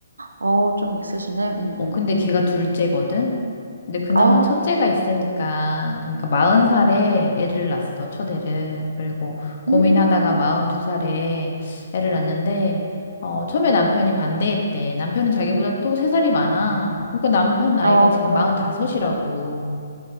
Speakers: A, on the right; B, on the left.
A: 어 좀 있으시네. 음음.
B: 어, 근데 걔가 둘째거든? 근데 그나마
A: 아.
B: 첫째가 있으니까, 그러니까 마흔
A: 음.
B: 살에 애를 낳았어, 첫애를. 그리고 고민하다가
A: 음.
B: 마흔 두 살에 애를 낳았는데, 어, 처음에 남편이 반대했대. 남편은 자기보다 또 세 살이 많아. 그러니까 남편 나이가
A: 어.
B: 지금 마흔 다섯이라고.